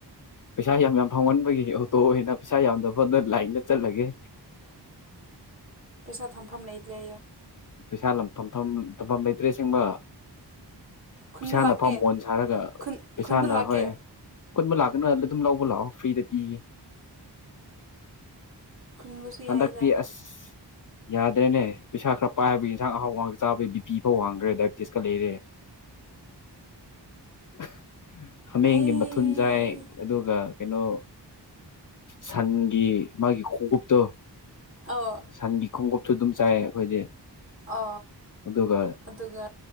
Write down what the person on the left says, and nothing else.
ꯄꯩꯁꯥ ꯌꯥꯝ ꯌꯥꯝ ꯐꯥꯎꯒꯟꯕꯒꯤ ꯇꯣꯛꯑꯦꯅ ꯄꯩꯁꯥ ꯌꯥꯝꯗ ꯐꯗ ꯂꯥꯏꯟꯗ ꯆꯠꯂꯒꯦ
ꯄꯩꯁꯥ ꯇꯝꯐꯝ ꯂꯩꯇ꯭ꯔꯦ ꯁꯤꯁꯤꯡꯕ
ꯄꯩꯁꯥꯅ
ꯐꯝ ꯍꯣꯟ ꯁꯥꯔꯒ
ꯄꯩꯁꯥꯅ
ꯍꯣꯏ ꯀꯨꯟꯕ ꯂꯥꯛꯀꯅ ꯑꯗꯨꯝ ꯂꯧꯕ ꯂꯥꯛꯑꯣ ꯐ꯭ꯔꯤꯗ ꯄꯤꯒꯦ
ꯍꯟꯗꯛꯇꯤ ꯑꯁ ꯌꯥꯗ꯭ꯔꯦꯅꯦ ꯄꯩꯁꯥ ꯈꯔ ꯄꯥꯏ ꯍꯥꯏꯕꯒꯤ ꯌꯦꯟꯁꯥꯡ ꯑꯍꯥꯎꯕꯍꯥꯛ ꯆꯥꯕꯒꯤ ꯕꯤꯄꯤꯤ ꯐꯧ ꯍꯥꯡꯈ꯭ꯔꯦ ꯗꯥꯏꯕꯤꯦꯇꯤꯁꯀ ꯂꯩꯔꯦ <unintelligible> ꯍꯥꯃꯦꯡꯒꯤ
ꯃꯊꯨꯟꯖꯥꯏ ꯑꯗꯨꯒ ꯀꯩꯅꯣ ꯁꯟꯒꯤ ꯃꯥꯒꯤ ꯈꯣꯡꯎꯞꯇꯣ
ꯁꯟꯒꯤ ꯈꯣꯡꯎꯞꯁꯨ ꯑꯗꯨꯝ ꯆꯥꯏ ꯑꯩꯈꯣꯏꯗꯤ
ꯑꯗꯨꯒ